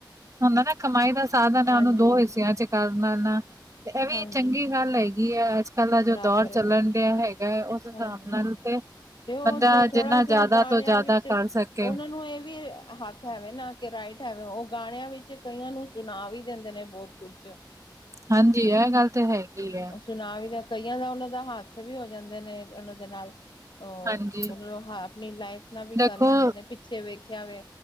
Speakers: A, on the right; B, on the left.
A: ਹੁੰਦਾ ਨਾ ਕਮਾਈ ਦਾ ਸਾਧਨ ਹੈ,
B: ਹਾਂਜੀ
A: ਓਹਨੂੰ ਦੋ ਹਿੱਸਿਆਂ ਚ ਕਰਰ ਨੈ ਨਾ। ਤੇ ਐ ਵੀ
B: ਹਾਂਜੀ
A: ਚੰਗੀ ਗੱਲ ਹੈਗੀ ਐਂ, ਅੱਜ-ਕੱਲ ਦਾ ਜੋ
B: ਬਰਾਬਰ
A: ਦੌਰ ਚੱਲਣ
B: ਹੈ
A: ਡਿਆ ਹੈਗੈ ਓਸ ਹਿਸਾਬ
B: ਹਾਂਜੀ
A: ਨਾਲ ਤੇ
B: ਤੇ ਓਹ
A: ਬੰਦਾ
B: ਜ ਥੋੜਾ
A: ਜਿੰਨਾ ਜ਼ਿਆਦਾ
B: ਜਾ ਗਾਣਿਆਂ
A: ਤੋਂ ਜ਼ਿਆਦਾ
B: ਵਿੱਚ
A: ਕਰ ਸਕੇ
B: ਔਨਾਂ ਨੂੰ ਏਹ ਵੀ ਹੱ ਕ ਹੈਵੇ ਨਾ ਕਿ ਰਾਈਟ ਹੈਵੇ ਓਹ ਗਾਣਿਆਂ ਵਿੱਚ ਕਈਆਂ ਨੂੰ ਸੁਣਾ ਵੀ ਦਿੰਦੇ ਨੇ ਬੌਤ ਕੁਚ।
A: ਹਾਂਜੀ, ਐ ਗੱਲ ਤੇ ਹੈਗੀ ਏ।
B: ਸੁਣਾ ਵੀ ਦਾ ਕਈਆਂ ਦਾ ਓਨਾਂ ਦਾ ਹਾਦਸਾ ਵੀ ਹੋ ਜਾਂਦੇ ਨੇ ਉਨਾਂ ਦੇ ਨਾਲ। ਅ
A: ਹਾਂਜੀ
B: ਉਹਨਾਂ ਨੂੰ ਆਪਣੀ ਲਾਈਫ ਨਾਲ ਵੀ
A: ਦੇਖੋ
B: ਕਰ ਲੈਂਦੇ ਨੇ ਪਿੱਛੇ ਵੇਖਿਆ ਵ